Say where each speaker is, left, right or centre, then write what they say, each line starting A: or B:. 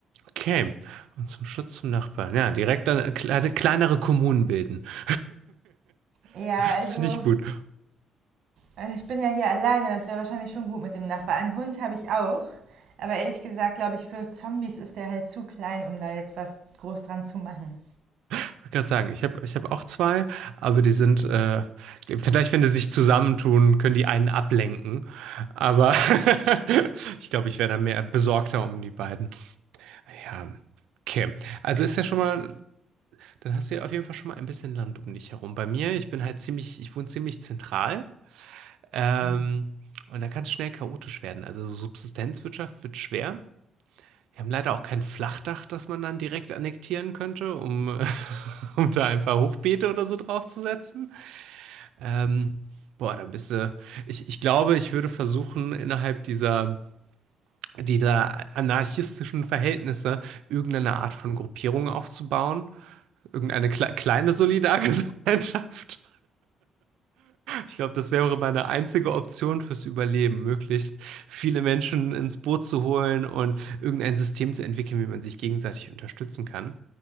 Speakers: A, on the right; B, on the right.
A: Okay. Und zum Schutz zum Nachbarn. Ja, direkt dann kleine, kleinere Kommunen bilden. <laughs>
B: Ja, also
A: Das finde ich gut. Ich
B: äh, ich bin ja hier alleine, das wäre wahrscheinlich schon gut mit dem Nachbarn. Einen Hund habe ich auch, aber ehrlich gesagt, glaube ich, für Zombies ist der halt zu klein, um da jetzt was groß dran zu machen.
A: wollte gerade sagen, ich habe ich hab auch zwei, aber die sind, äh, vielleicht wenn die sich zusammentun, können die einen ablenken. Aber <laughs> ich glaube, ich wäre dann mehr besorgter um die beiden. Ja, okay. Also ist ja schon mal, dann hast du ja auf jeden Fall schon mal ein bisschen Land um dich herum. Bei mir, ich bin halt ziemlich, ich wohne ziemlich zentral. Ähm,
B: Mhm.
A: und da kann es schnell chaotisch werden. Also so Subsistenzwirtschaft wird schwer. Wir haben leider auch kein Flachdach, das man dann direkt annektieren könnte, um, äh, <laughs> um da ein paar Hochbeete oder so draufzusetzen. Ähm, boah, dann bist du. Ich, ich glaube, ich würde versuchen, innerhalb dieser, dieser anarchistischen Verhältnisse irgendeine Art von Gruppierung aufzubauen. Irgendeine kle kleine Solidargesellschaft. Ich glaube, das wäre meine einzige Option fürs Überleben, möglichst viele Menschen ins Boot zu holen und irgendein System zu entwickeln, wie man sich gegenseitig unterstützen kann.